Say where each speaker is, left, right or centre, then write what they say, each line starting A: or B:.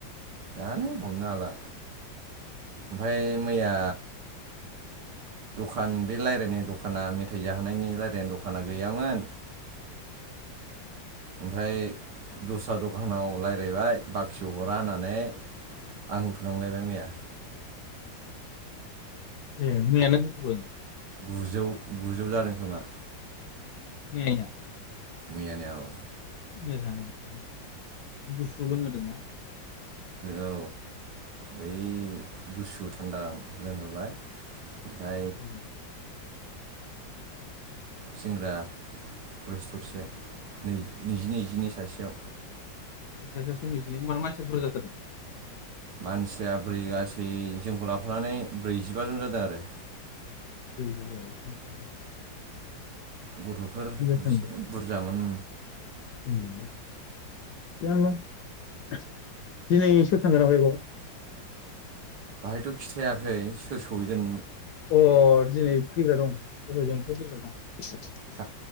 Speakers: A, on the right; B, on the left.
A: जानो हमनो हाला ओमफाय मैया दखान बे रायलायनाय दखाना मेथाइ जाहोनायनि रायलायनाय दखाना गैयामोन। ओमफ्राय दस्रा दखानाव रायलायबाय बाखिबो हरा होननानै आं <unintelligible> मैया
B: ए मैया नों <unintelligible>
A: गुजौ गुजौ जादों खोमा।
B: मैयाना
A: मैयानिया औ
B: मैया जानायाव गुसु लोंहोदोंना?
A: औ बै गुसु थान्दा लोंहोबाय ओमफ्राय
B: <inaudible>
A: सिंग्रा थरसे थरसे नै। नैजिनैजिनै सासेयाव
B: <unintelligible> मानसिया बुरजा जाथारदों
A: मानसिया ब्रै गासै जोंखौ लाफानानै ब्रैजिबा जन जादों आरो।
B: <unintelligible>
A: गथ'फोर
B: बुरजा थांदों
A: एसे बुरजामोन।
B: <unintelligible> दिनै सोर थांगोन ओमफाय बायाव?
A: बाहायथ' खिथायाखै सोर सौहैगोन
B: अ दिनै फैग्रा दं अट'जोंफ्राय फैग्रा दं
A: हा